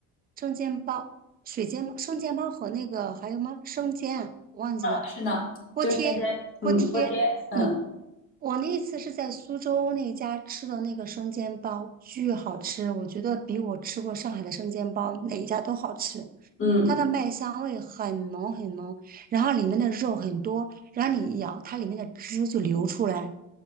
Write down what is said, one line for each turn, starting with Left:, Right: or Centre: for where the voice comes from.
Right: 生煎包、水煎生煎包和那个还有吗？生煎啊我忘记了，
Left: 是呢，
Right: 锅贴锅贴。
Left: 天天嗯，锅贴，嗯
Right: 嗯，我那一次是在苏州那家吃的那个生煎包，巨好吃，我觉得比我吃过上海的生煎包哪一家都好吃。
Left: 嗯。
Right: 它的麦香味很浓很浓，然后里面的肉很多，然后你一咬，它里面的汁就流出来，